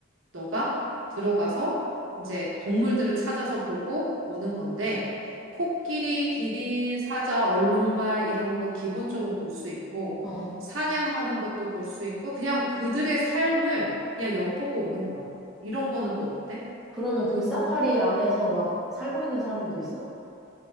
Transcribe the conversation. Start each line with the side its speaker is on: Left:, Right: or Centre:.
Right: 너가 들어가서 이제 동물들을 찾아서 보고 오는 건데, 코끼리, 기린, 사자, 얼룩말 이런 걸 기본적으로 볼 수 있고,
Centre: 어.
Right: 사냥하는 것도 볼 수 있고, 그냥 그들의 삶을 그냥 엿보고 오는 거야. 이런 거는 또 어때?
Centre: 그러면 그 사파리 안에서 막 살고 있는 사람들도 있어?